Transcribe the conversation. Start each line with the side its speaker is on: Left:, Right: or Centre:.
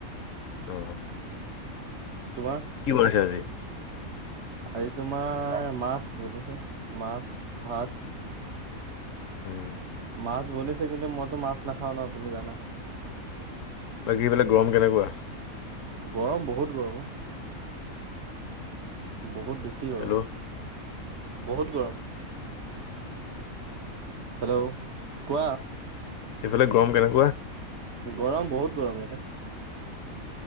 Left: অ
Right: তোমাৰ
Left: কি বনাইছে আজি?
Right: আজি তোমাৰ মাছ বনিছে, মাছ ভাত।
Left: উম।
Right: মাছ বনিছে কিন্তু মইতো মাছ নাখাওঁ ন তুমি জানা।
Left: বাকী সেইফালে গৰম কেনেকুৱা?
Right: গৰম বহুত, গৰম বহুত। বহুত বেছি গৰম
Left: হেল্ল'
Right: বহুত গৰম। হেল্ল', কোৱা?
Left: এইফালে গৰম কেনেকে
Right: গৰম বহুত গৰম ইয়াতে।